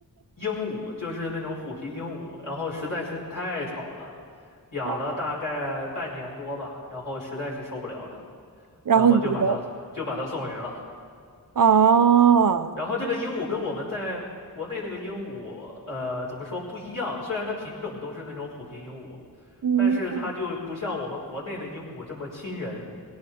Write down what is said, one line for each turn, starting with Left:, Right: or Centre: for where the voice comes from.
Left: 鹦鹉就是那种虎皮鹦鹉，然后实在是太吵了，养了大概半年多吧，
Right: 啊，
Left: 然后实在是受不了了，
Right: 然后你给它。
Left: 然后就把它就把它送人了。
Right: 哦，
Left: 然后这个鹦鹉跟我们在国内那个鹦鹉，呃，怎么说不一样？虽然它品种都是那种虎皮鹦鹉，
Right: 嗯，
Left: 但是它就不像我们国内的鹦鹉这么亲人。